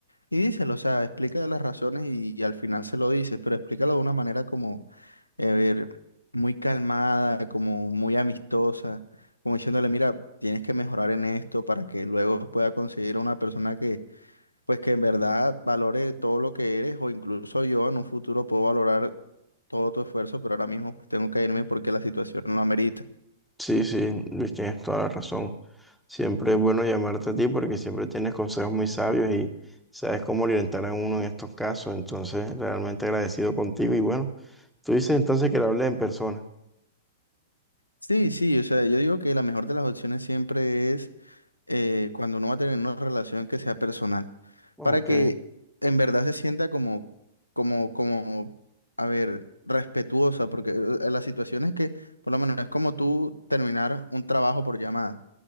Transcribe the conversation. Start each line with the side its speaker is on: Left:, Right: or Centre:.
Left: y díselo, o sea, explica de las razones y, y al final se lo dices, pero explícalo de una manera como, eh, a ver, muy calmada, como muy amistosa, como diciéndole, mira, tienes que mejorar en esto para que luego pueda conseguir una persona que, pues que en verdad valore todo lo que eres o incluso yo en un futuro puedo valorar todo tu esfuerzo, pero ahora mismo pues tengo que irme porque la situación lo amerita.
Centre: sí, sí, Luis, tienes toda la razón. Siempre es bueno llamarte a ti porque siempre tienes consejos muy sabios y sabes cómo orientar a uno en estos casos. Entonces, realmente agradecido contigo y bueno, tú dices entonces que la hablé en persona.
Left: Sí, sí, o sea, yo digo que la mejor de las opciones siempre es eh, cuando uno va a tener una relación que sea personal,
Centre: Ok,
Left: para que en verdad se sienta como, como, como, a ver, respetuosa, porque eh, eh, la situación es que, por lo menos, no es como tú terminar un trabajo por llamada,